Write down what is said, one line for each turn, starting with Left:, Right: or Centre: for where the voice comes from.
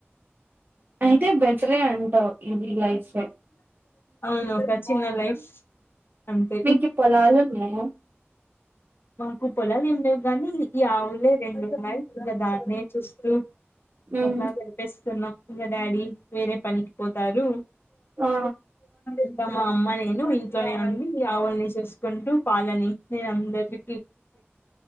Right: అయిదతే బెజర అం ఫ్
Left: అవును ఒక చిన్న లైఫ్ అంతే
Right: మీకి పొలాలున్నయా
Left: మాకు పోలాలేం లేవు గానీ ఈ ఆవులే రెండున్నాయి. ఇంకా దాన్నే చూస్తూ ఇంక
Right: ఉమ్.
Left: అట్లా గడిపేస్తున్నాం ఇంకా డాడీ వేరే పనికి పోతారు.
Right: ఆ
Left: ఇంకా మా అమ్మ నేను ఇంట్లో ఉండి ఆవులని చూస్కుంటూ పాలని నేన్ అందరి